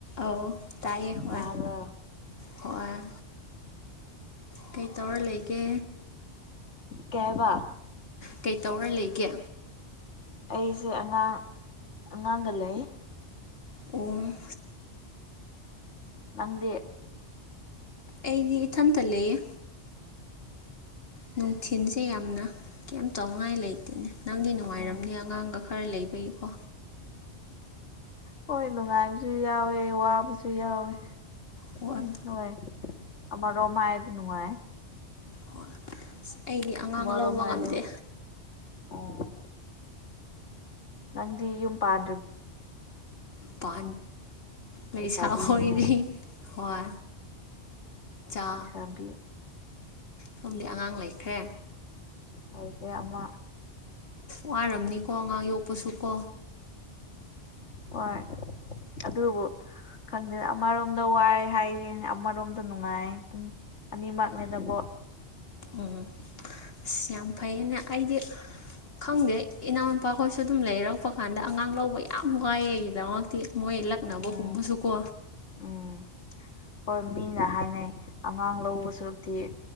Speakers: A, on the left (about 55°); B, on the left (about 75°).
A: ꯑꯧ ꯇꯥꯏ ꯍ
B: ꯇꯥꯕ꯭ꯔꯣ
A: ꯍꯣꯏ ꯀꯩ ꯇꯧꯔ ꯂꯩꯒꯦ
B: ꯀꯋꯥ
A: ꯀꯩ ꯇꯧꯔ ꯂꯩꯒꯦ
B: ꯑꯩꯁꯦ ꯑꯉꯥꯡ ꯑꯉꯥꯡꯒ ꯂꯩ
A: ꯎꯝ
B: ꯅꯪꯗꯦ
A: ꯑꯩꯗꯤ ꯏꯊꯟꯇ ꯂꯩꯌꯦ ꯅꯨꯡꯊꯤꯟꯁꯦ ꯌꯥꯝꯅ ꯀꯩꯝ ꯇꯧꯅꯤꯡꯉꯥꯏ ꯂꯩꯇꯦꯅꯦ ꯅꯪꯗꯤ ꯅꯨꯡꯉꯥꯏꯔꯝꯅꯤ
B: ꯎꯝ
A: ꯑꯉꯥꯡꯒ ꯈꯔ ꯂꯩꯕꯒꯤꯀꯣ
B: ꯍꯣꯏ ꯅꯨꯡꯉꯥꯏꯕꯁꯨ ꯌꯥꯎꯋꯦ ꯋꯥꯕꯁꯨ ꯌꯥꯎꯋꯦ
A: ꯍꯣꯏ
B: ꯅꯅꯨꯡ ꯑꯃ ꯔꯃꯥꯏꯠ ꯅꯅꯨꯡꯉꯥꯏ
A: ꯍ ꯑꯁ ꯑꯩꯗꯤ ꯑꯉꯥꯡ
B: ꯑꯃꯔꯣꯝ
A: ꯂꯧꯕ
B: ꯍꯥꯏꯔꯗꯤ
A: ꯉꯝꯗꯦ
B: ꯑꯣ ꯅꯪꯗꯤ ꯌꯨꯝ ꯄꯥꯔ
A: ꯄ ꯂꯩꯁꯥ
B: ꯂꯩꯁꯥꯕꯤꯅꯤꯅꯦ
A: ꯍꯣꯏꯔꯤ ꯍꯣꯏ ꯆꯥ
B: ꯇꯕꯤ
A: ꯁꯣꯝꯗꯤ ꯑꯉꯥꯡ ꯂꯩꯈ꯭ꯔꯦ
B: ꯉꯥꯏꯈ ꯑꯃ
A: ꯋꯥꯔꯝꯅꯤꯀꯣ ꯑꯉꯥꯡ ꯌꯣꯛꯄꯁꯨ ꯀꯣ
B: ꯑꯣꯏ ꯑꯗꯨꯕꯨ ꯈꯪꯗꯦꯅ ꯑꯃꯔꯣꯝꯗ ꯋꯥꯏ ꯍꯥꯏꯔꯤ ꯑꯃꯔꯣꯝꯗ ꯅꯨꯡꯉꯥꯏ ꯑꯗꯨꯝ ꯑꯅꯤꯃꯛꯅꯦꯗꯕꯣꯠ
A: ꯎꯝ ꯑꯁ ꯌꯥꯝ ꯐꯩꯅꯦ ꯑꯩꯗꯤ ꯈꯪꯗꯦ ꯏꯅꯥꯎꯅꯨꯄꯥꯈꯣꯏꯁꯨ ꯑꯗꯨꯝ ꯂꯩꯔꯛꯄ ꯀꯥꯟꯗ ꯑꯉꯥꯡ ꯂꯧꯕ ꯌꯥꯝ ꯋꯥꯏꯑꯒꯤꯗꯃꯛꯇꯤ ꯃꯣꯏ ꯂꯛ ꯅꯅꯕ
B: ꯎꯝ
A: ꯀꯨꯝꯕꯁꯨꯀꯣ
B: ꯎꯝ ꯍꯣꯏ ꯃꯤꯅ ꯍꯥꯏꯅꯩ ꯑꯉꯥꯡ ꯂꯧꯕ ꯁꯛꯇꯤ